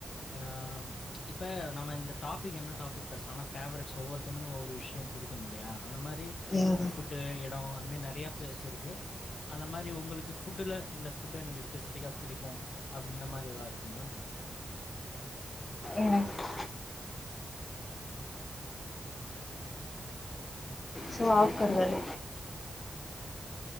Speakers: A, on the left; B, on the left.
A: அ ம் இப்ப நம்ம இந்த டாபிக் என்ன டாபிக் பேஸ்லானா ஃபேவரெட்ஸ் ஒவ்வொருத்த ன்னு ஒவ்வொரு விஷய புடிக்கும் இல்லையா அந்த மாரி
B: ம்
A: ஃபுட்டு எட அந்த மாரி நெறைய பிளேஸ் இருக்கு அந்த மாரி உங்களுக்கு ஃபுட்டுல இந்த ஃபுட்டு எனக்கு ஸ்பெசிஃபிக்கா புடிக்கு அப்டி இந்த மாரி எதா இருக்குங்ளா
B: எனக்கு சோளக்கருதல்